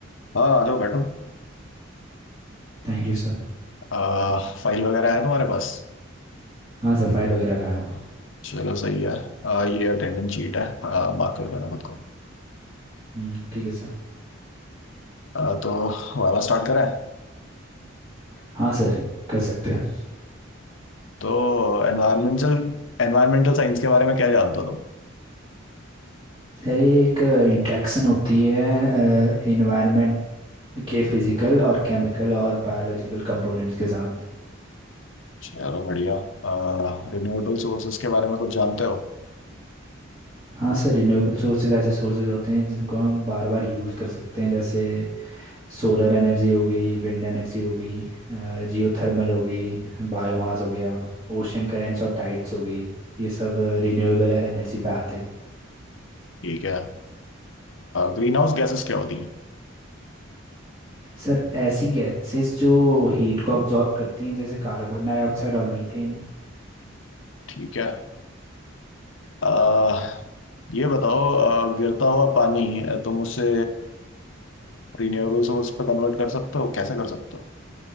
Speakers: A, on the left (about 70°); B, on the right (about 25°).
A: हाँ आ जाओ बैठो
B: Thank you sir
A: आ, फाइल वगैरह है तुम्हारे पास
B: हाँ सर फाइल वगैरह लाया हूँ
A: चलो सही है अ, ये अटेंडेंस शीट है मार्क कर देना खुद को
B: हम्म, ठीक है सर
A: अ, तो वाला स्टार्ट करें
B: हाँ सर कर सकते हैं
A: तो एनवायरमेंटल एनवायरमेंटल साइंस के बारे में क्या जानते हो तुम
B: सर ये एक इंट्रैक्शन होती है इन्वायरमेंट के फिजिकल और केमिकल और बायोलॉजिकल कंपोनेंट्स के साथ
A: चलो बढ़िया रिन्यूएबल सोर्सेज के बारे में कुछ जानते हो
B: हाँ सर रिन्यूएबल सोर्सेज ऐसे सोर्सेज होते हैं जिनको हम बार बार यूज़ कर सकते हैं जैसे सोलर एनर्जी हो गई विंड एनर्जी हो गई जियो थर्मल हो गई बायोमास हो गया ओशियन करेंट्स और टाइड्स हो गई ये सब रिन्यूएबल एनर्जी पे आते हैं
A: ठीक है ग्रीन हाउस गैसेस क्या होती है
B: सर ऐसी गैसेस जो हीट को अब्जॉर्ब करती हैं जैसे कार्बन डाइऑक्साइड और मीथेन
A: ठीक है अह, ये बताओ अह, गिरता हुआ पानी अह, तुम उसे रिन्यूएबल सोर्स पे कन्वर्ट कर सकते हो कैसे कर सकते हो